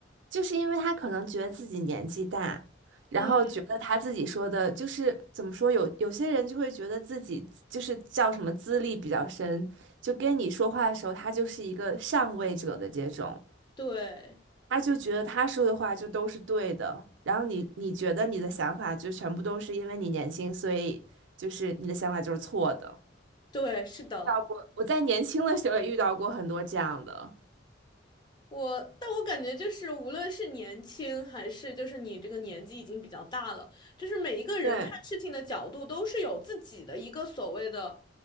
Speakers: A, on the right (about 75°); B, on the left (about 25°).
A: 就是因为他可能觉得自己年纪大，然后觉得他自己说的，
B: 嗯，
A: 就是怎么说，有有些人就会觉得自己就是叫什么资历比较深，就跟你说话的时候，他就是一个上位者的这种，
B: 对
A: 他就觉得他说的话就都是对的，然后你你觉得你的想法就全部都是因为你年轻，所以就是你的想法就是错的。
B: 对，是的。
A: 遇到过，我在年轻的时候也遇到过很多这样的，
B: 我，但我感觉就是，无论是年轻还是就是你这个年纪已经比较大了，就是每一个人看事情的角度都是有自己的一个所谓的，
A: 对，